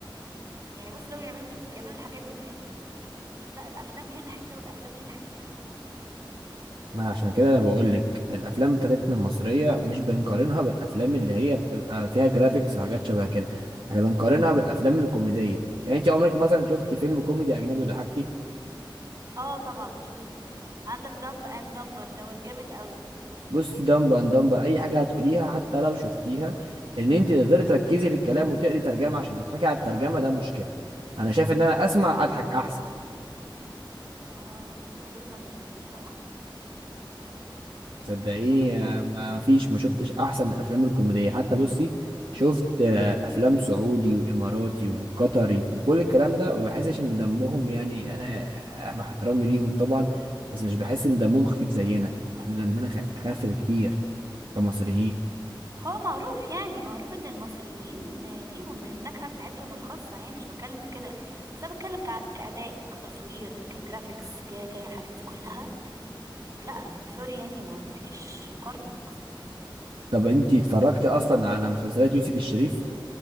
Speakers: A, on the right (about 45°); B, on the right (about 75°).
A: يعني بص ده بيعملوا من... بيعملوا الحاجات دي من امتى لا الافلام هنا حتة والافلام هنا حتة تانية
B: ما عشان كده انا بقول لك الافلام بتاعتنا المصريه مش بنقارنها بالافلام اللي هي بتبقى فيها جرافيكس وحاجات شبه كده احنا بنقارنها بالافلام الكوميديه يعني انت عمرك مثلا شفتي فيلم كوميدي اجنبي ضحكتي
A: اه طبعا شفت عندك دمب اند دمبر دوت جامد قوي
B: بصي دمبر اند دمبر اي حاجه هتقوليها حتى لو شفتيها ان انت تقدري تركزي في الكلام وتقري ترجمه عشان تضحكي على الترجمه ده مشكله انا شايف ان انا اسمع اضحك احسن
A: اه وجهة نظر برضو بصراحة
B: صدقيني
A: يعني وجهة نظر فعلا
B: آه، ما فيش ما شفتش احسن من الافلام الكوميديه حتى بصي شفت آه، افلام سعودي واماراتي وقطري وكل الكلام ده ما بحسش ان دمهم يعني انا آه، مع احترامي ليهم طبعا بس مش بحس ان دمهم خفيف زينا احنا دمنا خ- خف بكتير كمصريين
A: هو معروف يعني معروف ان المصريين ليهم النكهة بتاعتهم الخاصة يعني مش بتكلم في كده بس انا بتكلم كع- كأداء كتصوير كجرافيكس ك ك- الحاجات دي كلها لا يعني سوري يعني ما فيش مقارنة اصلا
B: طب انتي اتفرجتي اصلا على مسلسلات يوسف الشريف